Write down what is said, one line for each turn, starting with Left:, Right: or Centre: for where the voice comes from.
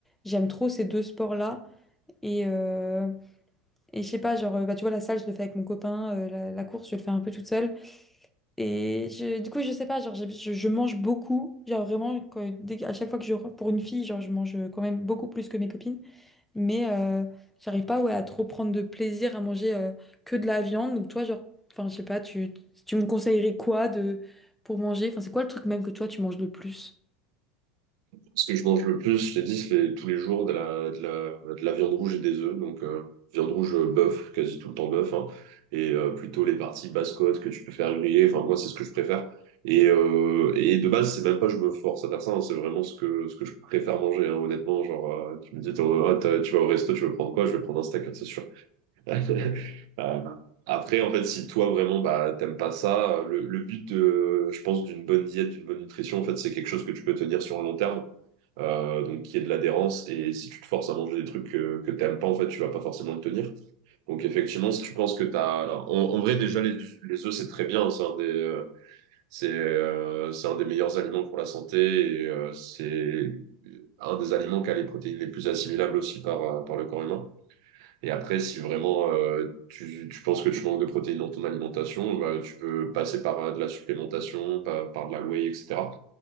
Centre: j'aime trop ces deux sports-là. Et, euh, et je sais pas, genre, euh, bah, tu vois, la salle, je le fais avec mon copain, euh, la, la course, je le fais un peu toute seule. Et je- du coup, je sais pas, genre, j'ai- je, je mange beaucoup. Genre, vraiment, quand- dès- à chaque fois que je, pour une fille, genre, je mange quand même beaucoup plus que mes copines. Mais euh, j'arrive pas ouais, à trop prendre de plaisir à manger euh, que de la viande. Donc toi, genre, enfin, je sais pas, tu, tu me conseillerais quoi de, pour manger? Enfin, c'est quoi le truc même que toi, tu manges le plus?
Right: Ce que je mange le plus, je t'ai dit, c'est tous les jours de la, de la, de la viande rouge et des œufs. Donc, euh, viande rouge, euh, bœuf, quasi tout le temps bœuf, hein. Et euh, plutôt les parties basse-côte que tu peux faire griller. Enfin, moi, c'est ce que je préfère. Et, euh, et de base, c'est même pas je me force à faire ça, hein, c'est vraiment ce que, ce que je préfère manger, hein, honnêtement. Genre, euh, tu me dis, t'as- ah, t'as- tu vas au resto, tu veux prendre quoi? Je vais prendre un steak, hein, c'est sûr. <laughs> Euh, après, en fait, si toi vraiment bah, t'aimes pas ça, euh, le, le but, de, je pense, d'une bonne diète, d'une bonne nutrition, en fait, c'est quelque chose que tu peux tenir sur un long terme, euh, donc qui est de l'adhérence. Et si tu te forces à manger des trucs que, que t'aimes pas, en fait, tu vas pas forcément le tenir. Donc, effectivement, si tu penses que t'as, en, en vrai, déjà les, les œufs, c'est très bien. hein, C'est un des, euh, c'est, euh, c'est un des meilleurs aliments pour la santé et euh, c'est un des aliments qui a les protéines les plus assimilables aussi par, euh, par le corps humain. Et après, si vraiment euh, tu, tu penses que tu manques de protéines dans ton alimentation, bah, tu peux passer par euh, de la supplémentation, par, par de la whey, etc.